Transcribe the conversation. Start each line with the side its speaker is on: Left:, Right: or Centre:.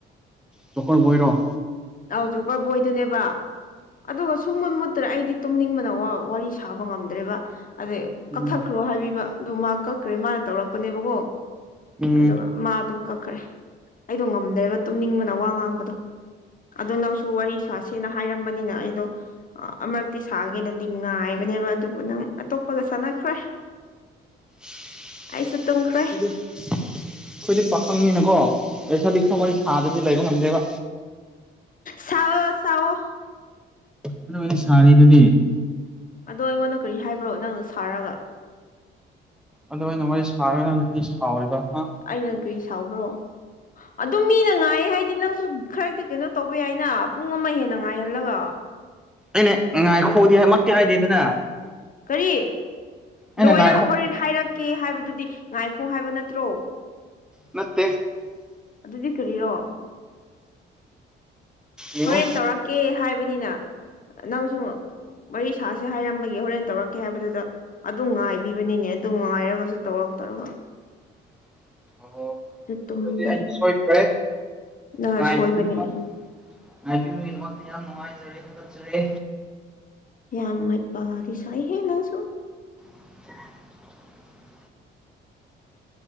Centre: ꯖꫭꯀꯔ ꯕꫭꯏꯔꫭ
Left: ꯑꯧ ꯖꫭꯀꯔ ꯕꯣꯏꯗꯅꯦꯕ ꯑꯗꯨꯒ ꯁꯨꯡ ꯃꯨꯠ ꯃꯨꯠ ꯇ꯭ꯔ‌ꯦ ꯑꯩꯗꯤ ꯇꯨꯝꯅꯤꯡꯕꯅ ꯋꯥ ꯋꯥꯔꯤ ꯁꯥꯕ ꯉꯝꯗ꯭ꯔꯦꯕ ꯑꯗꯩ ꯀꯛꯊꯠꯈ꯭ꯔꯣ
Centre: ꯎꯝ
Left: ꯍꯥꯏꯕꯤꯕ ꯑꯗꯨ ꯃꯥ ꯀꯛꯈ꯭ꯔꯦ ꯃꯥꯟꯅ ꯇꯧꯔꯛꯄꯅꯦꯕꯀꯣ
Centre: ꯎꯝ
Left: ꯑꯗꯨꯒ ꯃꯥ ꯑꯗꯨꯝ ꯀꯛꯈ꯭ꯔꯦ ꯑꯩꯗꯣ ꯉꯝꯗ‌ꯦꯕꯥ ꯇꯨꯝꯅꯤꯡꯕꯅ ꯋꯥ ꯉꯥꯡꯕꯗꯣ ꯑꯗꯨ ꯅꯪꯁꯨ ꯋꯔꯤ ꯁꯥꯁ‌ꯦꯅꯥ ꯍꯥꯏꯔꯝꯕꯅꯤꯅꯥ ꯑꯩꯗꯨ ꯑꯥ ꯑꯃꯨꯔꯛꯇꯤ ꯁꯥꯒꯦꯅꯗꯤ ꯉꯥꯏꯕꯅꯦꯕ ꯑꯗꯨꯕꯨ ꯅꯪ ꯑꯇꯣꯞꯄꯒ ꯁꯥꯟꯅꯈ꯭ꯔꯦ
Centre: <inaudible>
Left: ꯑꯩꯁꯨ ꯇꯨꯝꯈ꯭ꯔꯦ
Centre: ꯑꯩꯈꯣꯏꯗꯤ ꯑꯩꯈꯣꯏꯗꯤ ꯄꯥꯈꯪꯅꯤꯅꯀꯣ ꯂꯩꯁꯥꯕꯤ ꯈꯔꯥ ꯂꯩꯕ ꯉꯝꯗꯦꯕ
Left: ꯁꯥꯎꯑꯣ ꯁꯥꯎꯑꯣ
Centre: ꯄꯨꯂꯞ ꯑꯣꯏꯅ ꯁꯥꯔꯤꯗꯨꯗꯤ
Left: ꯑꯥꯗꯣ ꯑꯩꯉꯣꯟꯗ ꯀ꯭ꯔꯤ ꯍꯥꯏꯕ꯭ꯔꯣ ꯅꯪꯅ ꯁꯥꯔꯒ
Centre: ꯑꯗꯣ ꯑꯩꯅ ꯋꯥꯔꯤ ꯁꯥꯔꯒ ꯅꯪꯅ ꯀꯔꯤ ꯁꯥꯎꯔꯤꯕ ꯍꯥ
Left: ꯑꯩꯅ ꯀ꯭ꯔꯤ ꯁꯥꯎꯕ꯭ꯔꯣ ꯑꯗꯨꯝ ꯃꯤꯅ ꯉꯥꯏꯌꯦ ꯍꯥꯏꯗꯤ ꯅꯪꯁꯨ__ ꯈ꯭ꯔꯥꯇꯤ ꯀꯩꯅꯣ ꯇꯧꯕ ꯌꯥꯏꯅ ꯄꯨꯡ ꯑꯃ ꯍꯦꯟꯅ ꯉꯥꯏꯍꯜꯂꯒ
Centre: ꯑꯩꯅ ꯉꯥꯏꯈꯣꯗꯤ ꯍꯥꯏ ꯃꯛꯇꯤ ꯍꯥꯏꯗꯦꯗꯅ
Left: ꯀꯔꯤ
Centre: ꯑꯩꯅ
Left: ꯂꯣꯏꯔꯒ
Centre: ꯉꯥꯏꯈꯣ
Left: ꯍꯣꯔꯦꯟ ꯍꯥꯏꯔꯛꯀꯦ ꯍꯥꯏꯕꯗꯨꯗꯤ ꯉꯥꯏꯈꯣ ꯍꯥꯏꯕ ꯅꯠꯇ꯭ꯔꯣ ꯫
Centre: ꯅꯠꯇꯦ
Left: ꯑꯗꯨꯗꯤ ꯀꯔꯤꯔꯣ
Centre: ꯌꯦꯡꯉꯨ
Left: ꯍꯧꯔꯦꯟ ꯇꯧꯔꯛꯀꯦ ꯍꯥꯏꯕꯅꯤꯅ ꯅꯪꯁꯨ ꯋꯥꯔꯤ ꯁꯥꯥꯁꯦ ꯍꯥꯏꯔꯝꯕꯒꯤ ꯍꯣꯔꯦꯟ ꯇꯧꯔꯛꯀꯦ ꯍꯥꯏꯕꯗꯨꯗ ꯑꯗꯨ ꯉꯥꯏꯕꯤꯕꯅꯤꯅꯦ ꯑꯗꯨꯝ ꯉꯥꯏꯔꯒꯁꯨ ꯇꯧꯔꯛꯇ꯭ꯔꯥꯒ
Centre: <inaudible> ꯑꯣ
Left: ꯇꯨꯝꯕꯅꯤ
Centre: ꯑꯗꯨꯗꯤ ꯑꯩꯅ ꯁꯣꯏꯈ꯭ꯔꯦ
Left: ꯅꯪꯅ
Centre: ꯉꯥꯏꯕꯤꯕꯥ__
Left: ꯁꯣꯏꯕꯅꯦ
Centre: ꯉꯥꯏꯕꯤꯕꯒꯤꯗꯃꯛꯇ ꯌꯥꯝ ꯅꯨꯡꯉꯥꯏꯖꯔꯦ ꯊꯥꯒꯠꯆꯔꯦ
Left: ꯌꯥꯝ ꯍꯩꯄꯥꯗꯤꯁꯥꯏ ꯍꯦ ꯅꯪꯁꯨ
Centre: <unintelligible>